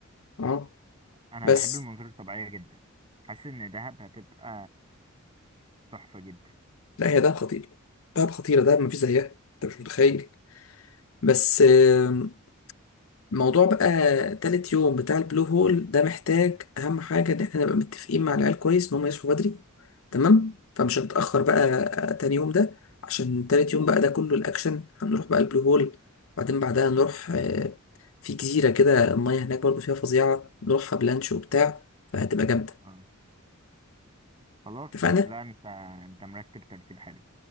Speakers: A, on the left; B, on the right.
A: اه
B: انا
A: بس
B: بحب المناظر الطبيعيه جدا حاسس ان دهب هتبقى تحفه جدا
A: لا هي دهب خطير دهب خطيرة دهب مفيش زيها انت مش متخيل بس آم، موضوع بقى تالت يوم بتاع البلو هول ده محتاج أهم حاجة إن احنا نبقى متفقين مع العيال كويس إن هم يصحوا بدري تمام فمش هنتأخر بقى آه، تاني يوم ده عشان تالت يوم بقى ده كله الأكشن هنروح بقى البلو هول بعدين بعدها نروح آه، في جزيرة كده المية هناك برضه فيها فظيعة نروحها بلانش وبتاع فهتبقى جامدة
B: اه خلاص
A: اتفقنا؟
B: لا انت انت مرتب ترتيب حلو